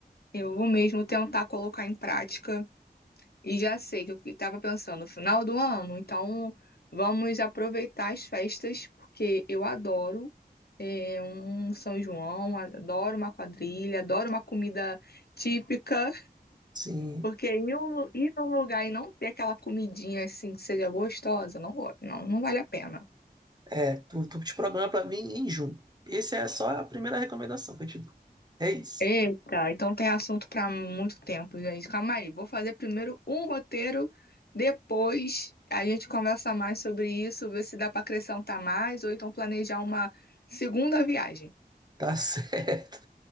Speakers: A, on the left; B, on the right.
A: eu vou mesmo tentar colocar em prática. E já sei que eu estava pensando no final do ano, então vamos aproveitar as festas, porque eu adoro eh, um São João, adoro uma quadrilha, adoro uma comida típica,
B: sim,
A: porque ir num ir num lugar e não ter aquela comidinha assim que seja gostosa, não, go- não, não vale a pena.
B: é, tu, tu te programa pra vir em junho. Essa é só a primeira recomendação que eu te dou. É isso.
A: Eita, então tem assunto para muito tempo, gente. Calma aí, vou fazer primeiro um roteiro, depois a gente conversa mais sobre isso, ver se dá para acrescentar mais ou então planejar uma segunda viagem.
B: Tá <laughs> certo.